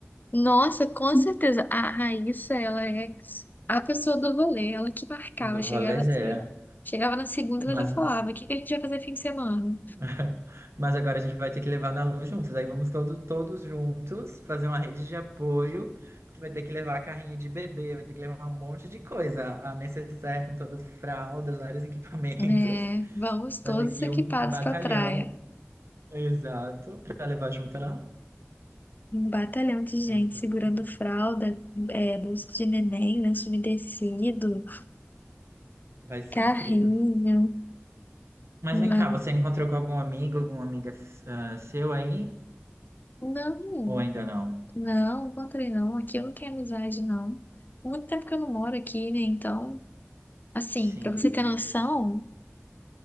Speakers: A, on the left; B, on the right.
A: Nossa, com certeza. A Raíssa, ela é a pessoa do rolê, ela que marcava,
B: Do rolezeira.
A: chegava assim, chegava na segunda, ela
B: Mas,
A: já falava, o que que a gente vai fazer fim de semana?
B: <laughs> mas agora a gente vai ter que levar na Lu juntos. Aí vamos todo, todos juntos fazer uma rede de apoio, porque vai ter que levar carrinho de bebê, vai ter que levar um monte de coisa. A necessaire com todas as fraldas, vários <laughs> equipamentos.
A: É, vamos todos
B: Vai ter que
A: equipados
B: ir um batalhão,
A: pra praia.
B: exato, para levar junto lá.
A: Um batalhão de gente
B: Exatamente.
A: segurando fralda, é, bolsa de neném, lenço umedecido,
B: Vai ser
A: carrinho.
B: incrível. Mas
A: Uma...
B: vem cá, você encontrou com algum amigo, alguma amiga ah, seu aí?
A: Não,
B: Ou ainda não?
A: não, encontrei não. Aqui eu não quero amizade, não. Muito tempo que eu não moro aqui, né? Então, assim,
B: Sim,
A: pra você
B: entendi.
A: ter noção.